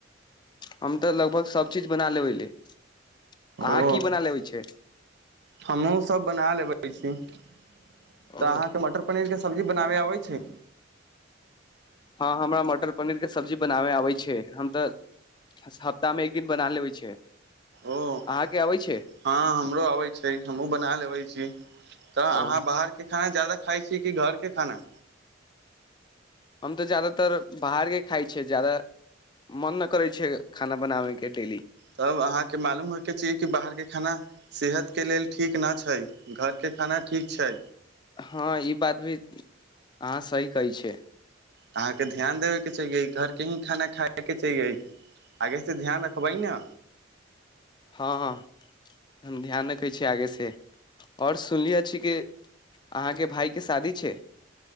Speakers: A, on the left (about 25°); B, on the right (about 60°).
A: हम तऽ लगभग सभ चीज बना लेबैले अहाँ
B: ओ
A: की बना लेबै छै
B: हमहूँ सब बना लेबै छी तऽ
A: आओ
B: अहाँके मटर पनीर के सब्जी बनाबे आबै छै
A: हँ हमरा मटर पनीर के सब्जी बनाबे आबै छै हम तऽ हप्ताह मे एक दिन बना लेबे छै
B: ओ
A: अहाँके
B: हँ
A: अबै छै
B: हमरो आबै छै हमहुँ बना लेबे छी तऽ अहाँ
A: ओ
B: बाहरके खाना जदाा खााय छी कि घर के खाना
A: हम तऽ जदातर बाहरके खाइ छियै ज्यादा मन नहि करै छै खाना बनाबैके के ेली
B: तब अहाँके मालूम होयके ची कि बाहरके खाना सेहतके लेल ठीक न छै घरके खाना ठीक छै
A: हँ ई बात भी हँ सी कै छै
B: अहाँ के ध्यान देबे के छैाह कि ई घर के ही खाना खा क के चाएइ आगे से ध्यान रखबै ने
A: हँ हम ध्यान देखै छ आगे से आओर सुनलियै छी कि अहाँके भाय के शादी छै